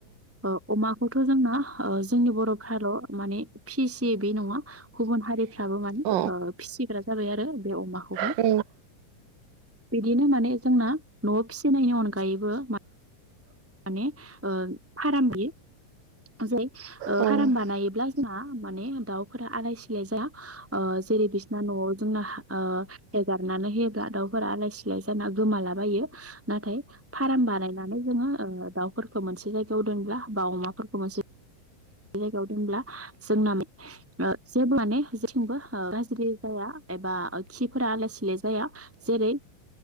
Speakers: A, in the centre; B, on the right.
A: अ अमाखौथ' जोंना जोंनि बर' खाल' माने फिसि बे नङा गुबुन हारिफ्राबो माने
B: औ
A: ओ फिसिग्रा जाबाय आरो बे अमाखौहाय
B: औ
A: बिदिनो माने जोंना न'आव फिसिनायनि अनगायैबो माने ओ फाराम बियो जै
B: औ
A: फार्म बानायोब्ला जोंहा माने दाउफोरा आलाय -सिलाय जाया ओ जेरै बिसना न'आव जोंना हेगारनानै होयोब्ला दाउफोरा आलाय- सिलाय जाना गोमालाबायो। नाथाय फारम बानायनानै जोङो ओ दाउफोरखौ मोनसे जायगायाव दोनब्ला बा अमाफोरखौ मोनसे जायगायाव दोनब्ला जोंना माने जेबो माने जेंथिंबो गाज्रि जाया। एबा खिफोरा आलाय- सिलाय जाया जेरै